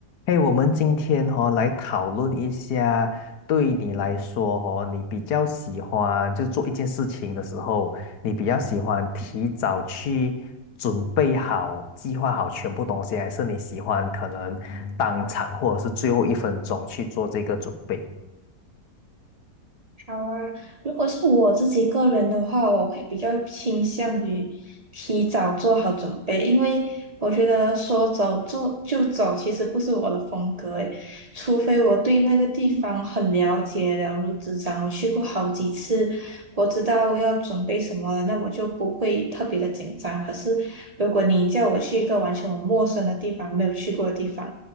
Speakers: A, on the left (about 70°); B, on the right (about 80°).
A: 嘿，我们今天哈、来讨论一下，对你来说哦，你比较喜欢就做一件事情的时候，你比较喜欢提早去准备好、计划好全部东西，还是你喜欢可能当场或者是最后一分钟去做这个准备？
B: 好啊，如果是我自己个人的话，我会比较倾向于提早做好准备，因为我觉得说走就就走其实不是我的风格诶，除非我对那个地方很了解，了如指掌，我去过好几次，我知道要准备什么了，那我就不会特别的紧张。可是如果你叫我去一个完全我陌生的地方，没有去过的地方，